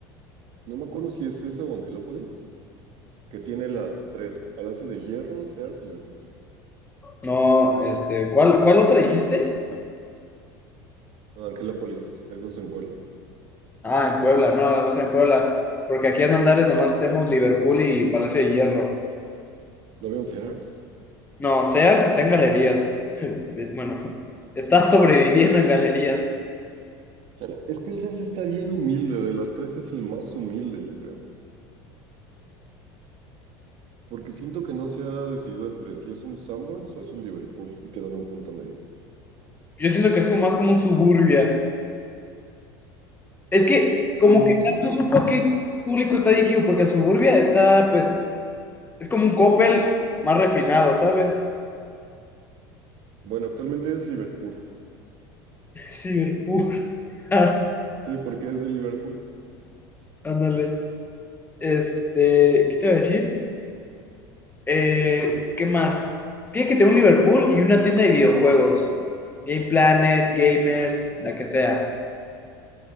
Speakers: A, on the right; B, on the left.
A: No me acuerdo si es esa o Angelópolis, que tiene las tres, Palacio de Hierro, Sears y Liverpool.
B: No, este, ¿cuál, cuál otra dijiste?
A: Angelópolis, eso es en Puebla.
B: Ah, en Puebla, no, o sea, en Puebla. Porque aquí en Andares nomás tenemos Liverpool y Palacio de Hierro.
A: ¿No veo un Sears?
B: No, Sears está en galerías. <laughs> Bueno, está sobreviviendo en galerías.
A: Chale, es que el Sears está bien humilde, de las tres es el más humilde, yo creo. Porque siento que no se ha decidido entre si es un Sanborns o es un Liverpool y quedan un punto medio.
B: Yo siento que es como más como un suburbia. Es que como
A: Ujú.
B: que Sars no supo a qué público está dirigido, porque Suburbia está, pues, es como un Coppel más refinado, ¿sabes?
A: Bueno, actualmente es Liverpool.
B: Cyberpunk. <laughs>
A: Sí, porque es de Liverpool.
B: Ándale. Este, ¿qué te iba a decir? Eh, ¿qué más? Tiene que tener un Liverpool y una tienda de videojuegos. Game Planet, Gamers, la que sea.